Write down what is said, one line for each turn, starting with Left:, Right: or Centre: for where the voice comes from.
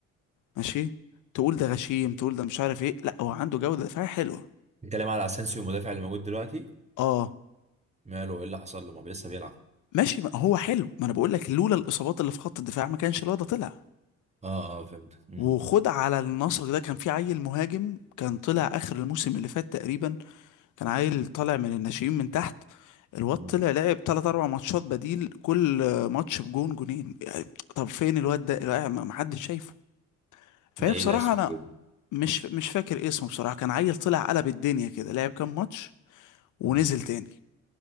Left: ماشي تقول ده غشيم تقول ده مش عارف ايه لا هو عنده جوده دفاعيه حلوه
Right: بتتكلم على اسينسيو المدافع اللي موجود دلوقتي
Left: اه
Right: ماله ايه اللي حصل له ما بي- لسه بيلعب
Left: ماشي ما هو حلو ما انا بقول لك لولا الاصابات اللي في خط الدفاع ما كانش الواد ده طلع
Right: اه اه فهمت امم
Left: وخد على النسق ده كان في عيل مهاجم كان طلع اخر الموسم اللي فات تقريبا كان عيل طالع من الناشئين من تحت الواد
Right: امم
Left: طلع لعب تلات أربع ماتشات بديل كل ماتش بجون جونين يعني طب فين الواد ده؟ لا، ما ما حدش شايفه فهي
Right: ده ايه
Left: بصراحة
Right: ده اسمه
Left: أنا
Right: ايه
Left: مش مش فاكر اسمه بصراحة كان عيل طلع قلب الدنيا كده لعب كام ماتش ونزل
Right: امم
Left: تاني